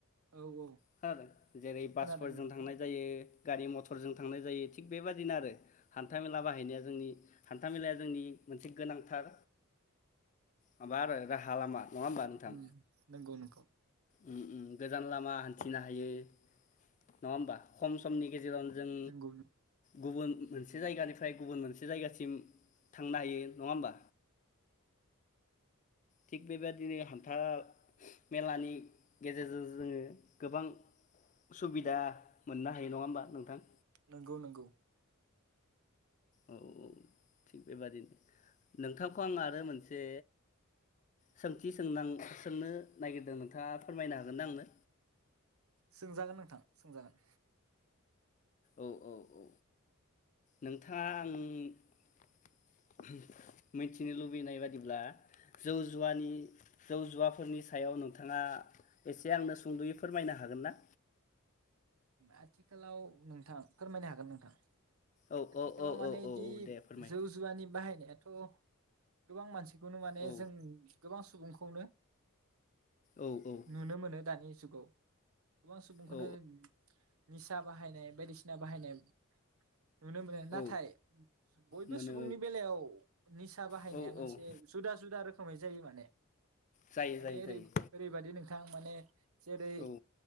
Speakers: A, on the right (about 80°); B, on the left (about 35°).
A: औ औ
B: खोनादों जेरै बासफोरजों
A: खोनादों खोनादों
B: थांनाय जायो। गारि मथरजों थांनाय जायो थिग बेबादिनो आरो हान्थामेला बाहाय बाहायनाया जोंनि हान्थामेलाया जोंनि मोनसे गोनांथार माबा आरो राहा लामा। नङा होमबा नोंथां
A: उम नंगौ नंगौ।
B: उम उम गोजान लामा हान्थिनो हायो नङा होमबा? खम समनि गेजेरावनो जों
A: नोंगौ
B: गुबुन मोनसे जायगानिफ्राय फ्राय गुबुन मोनसे जायगासिम थांनो हायो नङा होमबा? थिग बेबादिनो हान्था मेलानि गेजेरजों जोङो गोबां सुबिदा मोननो हायो नङा होमबा नोंथां?
A: नोंगौ नोंगौ।
B: औ औ थिग बेबादिनो नोंथांखौ आं आरो मोनसे सोंथि सोंनां-सोंनो नागिरदों नोंथाङा फोरमायनो हागोन ना आंनो?
A: सोंजागोन नोंथां सोंजागोन।
B: औ औ औ नोंथाङा आं मिनथि मिथिनो लुबैनाय बादिब्ला जौ जुवानि जौ जुवाफोरनि सायाव नोंथाङा एसे आंनो सुंद'यै फोरमायनो हागोन ना?
A: आथिखालाव नोंथां फोरमायनो हागोन नोंथां।
B: औ
A: आथिखालाव
B: औ औ
A: माने
B: औ
A: इदि
B: औ औ दे फोरमाय
A: जौ जुवानि बाहायनाय थ गोबां मानसिखौनो माने
B: औ
A: जों गोबां सुबुंखौनो
B: औ औ
A: नुनो मोनो दानि जुगाव गोबां सुबुंखोनो
B: औ
A: निसा बाहायनाय बायदिसिना बाहायनाय नुनो मोनो
B: औ
A: नाथाय बयबो
B: मोनो
A: सुबुंनि बेलायाव निसा बाहायनाया
B: औ
A: मोनसे
B: औ
A: जुदा जुदा रोख खोमै जायो माने
B: जायो
A: माने
B: जायो
A: ओरै-ओरैबादि
B: जायो
A: नोंथां माने जेरै
B: औ